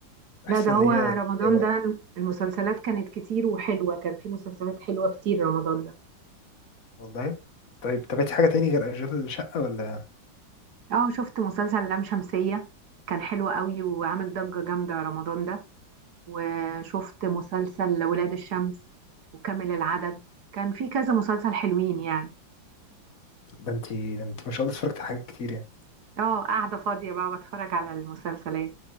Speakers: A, on the left; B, on the right.
A: بحس
B: لا ده
A: ان
B: هو
A: هي
B: رمضان
A: تضييع
B: ده
A: وقت
B: المسلسلات كانت كتير وحلوة كان في مسلسلات حلوة كتير رمضان ده
A: والله طيب تابعتي حاجه تاني غير اشغال الشقه ولا
B: اه شفت مسلسل لام شمسية كان حلو قوي وعامل ضجة جامدة رمضان ده وشفت مسلسل ولاد الشمس وكامل العدد كان في كذا مسلسل حلوين يعني
A: ده انت ده انت ما شاء الله اتفرجت على حاجات كتير يعني
B: اه قاعدة فاضية بقى بتفرج على المسلسلات